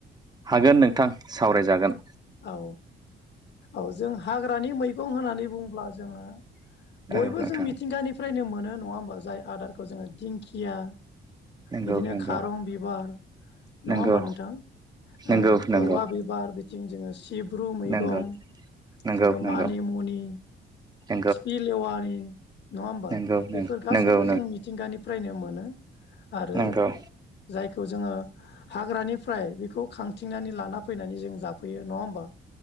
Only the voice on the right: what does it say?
हागोन नोंथां सावरायजागोन
औ नोंथां
नंगौ
नंगौ
नंगौ
नंगौ
नंगौ
नंगौ नंगौ
नंगौ
नंगौ
नंगौ
नंगौ
नंगौ